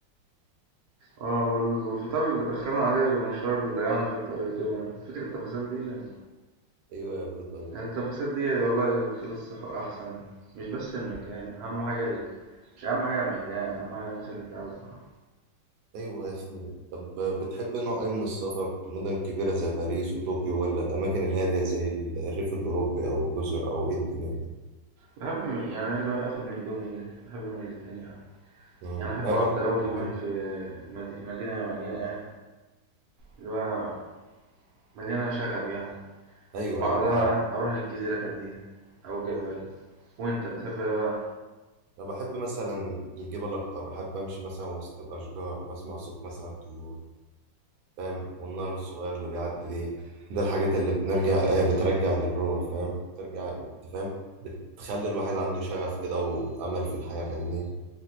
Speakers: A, on the right; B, on the right.
A: اه وال- والفطار اللي اتأخرنا عليه والمشوار اللي ضيعنا في الطريق دوما فاكر التفاصيل دي يعني
B: ايوه يا ابني طيب
A: التفاصيل دي والله اللي تخلي السفر احسن مش بس المكان اهم حاجة ال... مش اهم حاجة المكان اهم حاجة الناس اللي انت قاعد معاها
B: ايوه يا ابني طب بتحب نوع ايه من السفر المدن الكبيره زي باريس وطوكيو ولا الاماكن الهاديه زي ال- الريف الاوروبي او الجزر او ايه الدنيا كده
A: بحب من... يعني أنا اللي هو اخد من ده ومن ده بحب من الاتنين يعني
B: أمم،
A: يعني احب
B: انا
A: اقضي
B: برضه
A: اول
B: بحب-
A: يومين في مد... مدينة مليانة ايه اللي هو مليانة شغب يعني
B: ايوه
A: بعدها
B: ايوه فاهم
A: اروح للجزيرة هادية او جبل وانت بتحب ايه بقى
B: انا بحب مثلا الجبال اكتر احب امشي مثلا وسط الاشجار واسمع صوت مثلا الطيور فاهم والنهر الصغير اللي بيعدي دي ده الحاجات اللي بنرجع آه بترجع للروح فاهم بترجع انت فاهم بتخلي الواحد عنده شغف كده وأمل في الحياة فاهمني